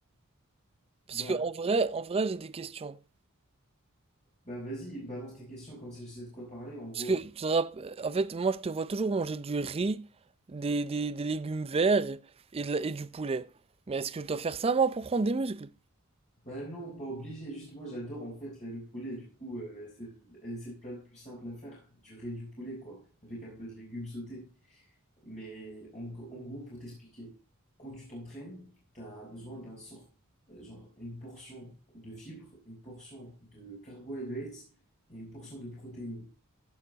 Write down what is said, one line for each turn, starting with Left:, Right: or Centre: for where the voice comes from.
Right: Parce
Left: Bah,
Right: que, en vrai, en vrai, j'ai des questions.
Left: bah vas-y, balance tes questions, comme ça je sais de quoi parler en gros.
Right: Parce que, tu te rapp- en fait, moi, je te vois toujours manger du riz, des, des, des légumes verts et, de la- et du poulet. Mais est-ce que je dois faire ça, moi, pour prendre des muscles?
Left: Bah non, pas obligé. Juste moi, j'adore en fait là, le poulet. Du coup, euh, c'est le, c'est le plat le plus simple à faire. Du riz et du poulet, quoi. Avec un peu de légumes sautés. Mais en, gr- en gros, pour t'expliquer, quand tu t'entraînes, tu as besoin d'un sort, euh, genre une portion de fibres, une portion de carbohydrates et une portion de protéines.